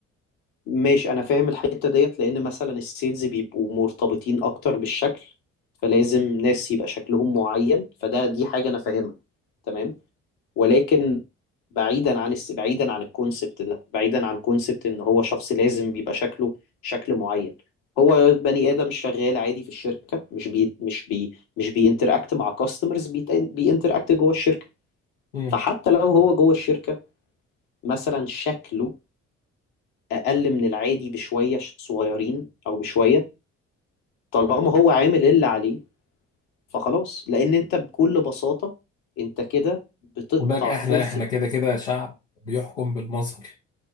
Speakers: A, on the left; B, on the left.
A: ماشي انا فاهم الحتة ديت لان مثلا السيلز بيبقوا مرتبطين اكتر بالشكل فلازم ناس يبقى شكلهم معين فده دي حاجة انا فاهمها تمام ولكن بعيدا عن الس... بعيدا عن الكونسبت ده بعيدا عن كونسبت ان هو شخص لازم بيبقى شكله شكل معين هو بني ادم شغال عادي في الشركة مش بي مش بي مش بينتراكت مع كاستمرز بيتن... بينتراكت جوه الشركة
B: مم.
A: فحتى لو هو جوه الشركة مثلا شكله أقل من العادي بشوية ش- صغيرين أو بشوية طالما هو عامل اللي عليه فخلاص لأن أنت بكل بساطة أنت كده بتقطع
B: خد بالك احنا
A: فرصة
B: احنا كده كده شعب بيحكم بالمظهر